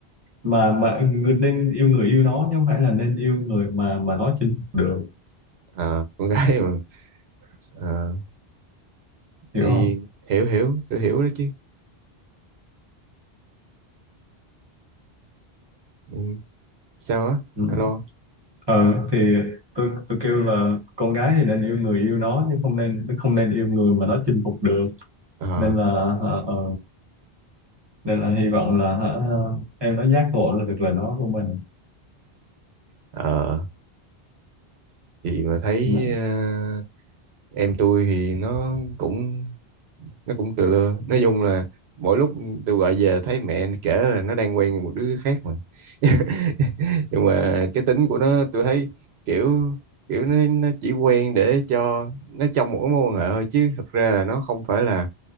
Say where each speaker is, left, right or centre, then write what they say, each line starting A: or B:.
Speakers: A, on the right; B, on the right.
A: mà mà người- nên yêu người yêu nó chứ không phải là nên yêu người mà mà nó chinh phục được
B: Ờ, con gái mà Ờ, thì
A: hiểu không
B: hiểu hiểu tôi hiểu đó chứ ừ. sao á
A: ừ.
B: alo
A: ờ thì tôi tôi kêu là con gái thì nên yêu người yêu nó chứ không nên nó không nên yêu người mà nó chinh phục được
B: ờ
A: nên là ờ, ờ, nên là hy vọng là hả, em nó giác ngộ là được là nó của mình
B: ờ, thì mà thấy
A: Dạ.
B: ờ, em tôi thì nó cũng nó cũng tự lưa nói chung là mỗi lúc tôi gọi về thấy mẹ kể là nó đang quen một đứa khác mà <laughs> nhưng mà cái tính của nó tôi thấy kiểu kiểu nó nó chỉ quen để cho nó trong một cái mối quan hệ thôi chứ thật ra là nó không phải là